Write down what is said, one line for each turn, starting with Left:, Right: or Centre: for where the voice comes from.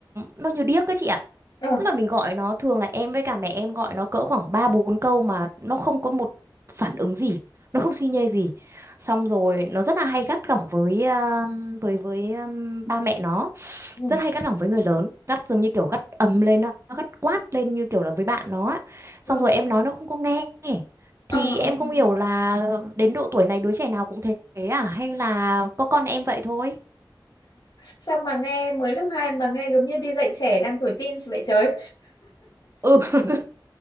Right: nó như điếc các chị ạ.
Left: ờ
Right: Tức là mình gọi nó thường là em với cả mẹ em gọi nó cỡ khoảng 3 4 câu mà nó không có một phản ứng gì, nó không xi nhê gì. Xong rồi nó rất là hay gắt gỏng với ờ, với với ờ, ba mẹ nó
Left: ừ,
Right: rất hay gắt gỏng với người lớn gắt giống như kiểu gắt ầm lên nó gắt quát lên như kiểu là với bạn nó á. xong
Left: ừ,
Right: rồi em nói nó không có nghe thì
Left: ờ
Right: em
Left: ờ
Right: không
Left: ừ.
Right: hiểu là đến độ tuổi này đứa trẻ nào cũng thế à hay là có con em vậy thôi
Left: sao mà nghe mới lớp 2 mà nghe giống như đi dạy trẻ đang tuổi teens vậy trời
Right: ừ <laughs>